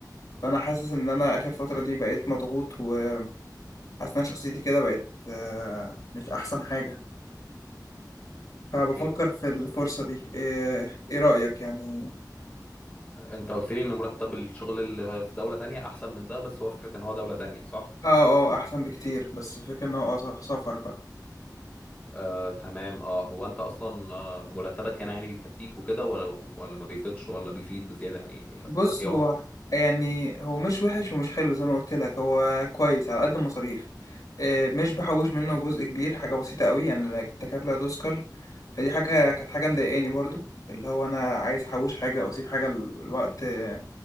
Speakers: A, on the left (about 55°); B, on the left (about 20°).
A: فأنا حاسس إن أنا آخر فترة دي بقيت مضغوط وحاسس إن شخصيتي كده بقت آه، مش أحسن حاجة فبفكر
B: اوكي
A: في الفرصة دي إيه, إيه رأيك يعني
B: آه، انت قلت لي ان مرتب الشغل اللي في دولة تانية احسن من ده بس هو فكرة ان هو دولة تانية صح؟
A: آه آه أحسن بكتير بس الفكرة إن هو آه، سفر بقى
B: آه تمام اه هو انت اصلا آه مرتبك هنا يعني بيكفيك وكده ولا ولا ما بيفيدش ولا بيفيد بزيادة يعني
A: بص
B: ايه
A: هو
B: وضعك؟
A: يعني هو مش وحش ومش حلو زي ما قلت لك هو كويس على قد المصاريف آه، مش بحوش منه جزء كبير حاجة بسيطة قوي يعني لا- تكاد لا تذكر فدي حاجة كانت حاجة مضايقاني برضو اللي هو أنا عايز أحوش حاجة أو أسيب حاجة ال- الوقت آه،